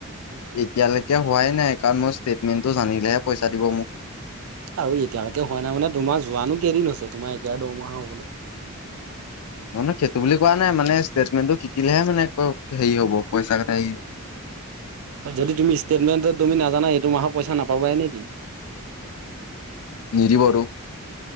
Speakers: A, on the left (about 80°); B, on the right (about 70°).
A: এতিয়ালৈকে হোৱাই নাই, কাৰণ মোই ষ্টেটমেণ্টটো জানিলেহে পইচা দিব মোক।
B: আৰু এতিয়ালৈকে হোৱা নাই মানে তোমাৰ যোৱানো কেইদিন হৈছে, তোমাৰ এতিয়া দৰমহা হ'বলে। <inaudible>
A: অ নহয় সৈটো বুলি কোৱা নাই, মানে ষ্টেটমেণ্টটো শিকিলেহে মানে হেৰি হ'ব পইচা কথা হেই
B: যদি তুমি ষ্টেটমেন্ট তুমি নাজানা, এইটো মাহৰ পইচা নাপাবাই নেকি? <inaudible>
A: নিদিব টো।